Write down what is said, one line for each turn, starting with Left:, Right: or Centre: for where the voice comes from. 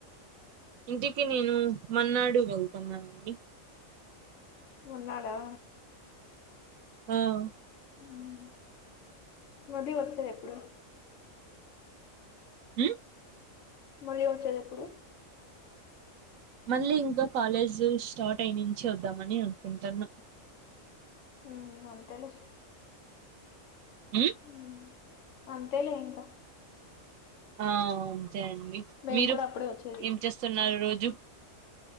Right: ఇంటికి నేను మరున్నాడు వెళ్తనండి.
Left: ఉన్నారా.
Right: ఆహ్.
Left: ఉమ్ వదిలి వచ్చేది ఎప్పుడు.
Right: ఉమ్.
Left: మళ్ళీ వచ్చేదేప్పుడు.
Right: మళ్ళీ ఇంకా కాలేజీ స్టార్ట్ అయినుంచి వద్దామని అనుకుంటున్నా.
Left: ఉమ్ అంతేలే.
Right: ఉమ్.
Left: హ్మ్ అంతేలే ఇంకా.
Right: ఆహ్ అంతే అండి
Left: మేము
Right: మీరు
Left: కూడా అప్పుడే వచ్చేది
Right: ఏం చేస్తున్నారు రోజు.